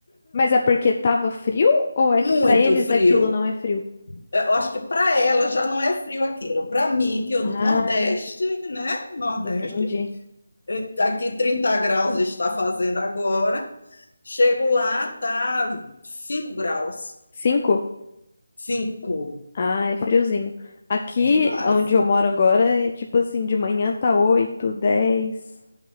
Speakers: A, on the left; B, on the left.
A: Mas é porque tava frio ou é
B: muito
A: que pra eles
B: frio.
A: aquilo não é frio?
B: Eu acho que para ela já não é frio aquilo. Para mim, que eu
A: Ah,
B: do Nordeste, né? Nordeste,
A: entendi.
B: eh, aqui 30 graus está fazendo agora. Chego lá, tá 5 graus.
A: Cinco?
B: cinco
A: Ah, é friozinho. Aqui,
B: Demais.
A: onde eu moro agora, é tipo assim, de manhã tá oito, dez.